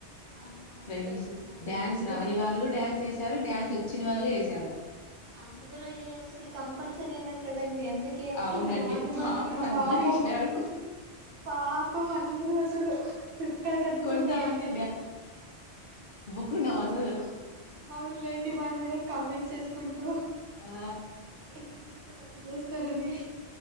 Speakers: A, on the right; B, on the left.
A: అమ్మ
B: ఫ్రెండ్స్,
A: వాళ్ళు వచ్చినారు
B: డ్యాన్స్
A: మీ
B: రాని వాళ్ళు డ్యాన్స్ ఏస్ డ్యాన్స్ వచ్చిన వాళ్ళు ఏసారు
A: అందరూ ఏయాల్సిందే కంపల్సరీ అన్నారు కదా అన్ అందుకే
B: అవునండి
A: ఇంక రాని
B: పాపం
A: వాళ్ళు కూడా
B: అందరు
A: పాపము
B: ఏసినారు
A: పాపం అందరూ అసలు చుక్కాల కన్పడ్నయ్
B: కొంతమంది
A: అందరికి.
B: కున్నావసలు
A: అవున్ లేండి వాళ్ల మీద కమెంట్స్ చేసుకుంటూ
B: ఆ
A: ఎట జూస్తర్ అటు జూస్తర్ అనీ చూస్తారని